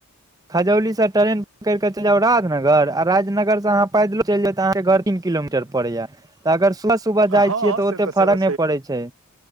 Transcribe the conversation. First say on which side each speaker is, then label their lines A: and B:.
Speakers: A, on the right (about 15°); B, on the right (about 65°).
A: खजौली स ट्रेन पकड़ि क चलि जाउ राजनगर आ राजनगर स अहाँ पैदलो चलि जाउ त अहांके घर तीन किलोमीटर पड़ैयै। तऽ अगर सुबह सुबह जाइ
B: हँ
A: छियै तऽ
B: से
A: ओते फरक
B: से तऽ
A: नहि पड़ै छै।